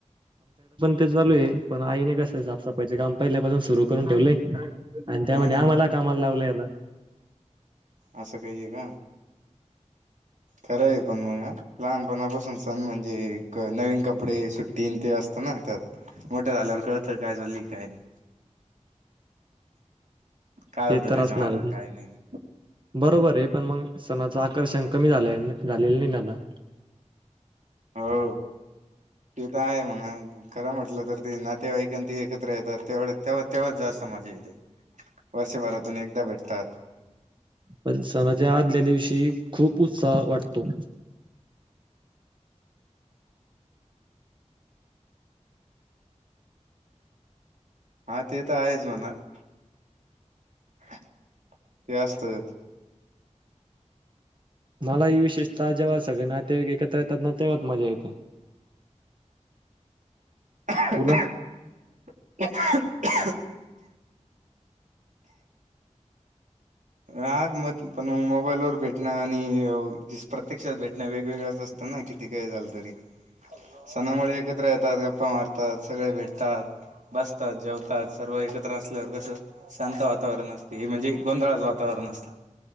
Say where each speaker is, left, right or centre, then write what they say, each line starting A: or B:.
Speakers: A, on the right (about 40°); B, on the right (about 85°).
A: तेच चालू आहे पण आईने कस सापसाफाइचे काम पहिल्यापासून सुरु करून ठेवलंय. आणि त्यामध्ये
B: हम्म हम्म
A: आम्हाला कामाला लावलय <inaudible>
B: असं काही आहे का, खरं आहे पण मग लहानपणापासून सण म्हणजे नवीन कपडे सुट्टीन ते असत ना त्यात मोठ्या झाल्यावर कळतं काय झाली काय नाही. काय
A: ते
B: होतं
A: तर
B: त्याच्या
A: असणारच,
B: मागं काय नाही
A: बरोबर आहे. पण मग सणाचं आकर्षण कमी झाले झालेलं नाही ना आता.
B: हो ते तर आहे म्हणा खरं म्हटलं तर ते नातेवाईकां ती एकत्र येतात तेवढ तेव्हा तेव्हाच जास्त मज्जा इथे वर्षभरातून एकदा भेट ता
A: पण सनाच्या आदल्या दिवशी खूप उत्साह वाटतो
B: हा ते तर आहेच म्हणा <inaudible> ते असत
A: मला ही विशेषता जेव्हा सगळे नातेवाईक एकत्र ना तेव्हाच मजा येते
B: <unintelligible>
A: तुला?
B: <unintelligible> आग म पण मग मोबाईल वर भेटणं आणि प्रत्यक्षात भेटणं वेगवेगळंच असतं ना किती काही झालं तरी सणामुळे एकत्र येतात गप्पा मारतात सगळे भेटतात बसतात जेवतात सर्व एकत्र असल्यावर कसं शांत वातावरण असते हे म्हणजे गोंधळाच वा टर न असत